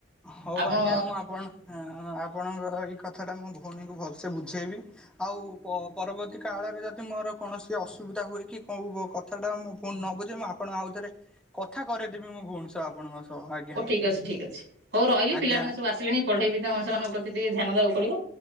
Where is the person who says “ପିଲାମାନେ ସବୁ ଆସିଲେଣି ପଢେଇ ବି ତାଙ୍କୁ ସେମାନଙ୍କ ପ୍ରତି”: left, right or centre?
Right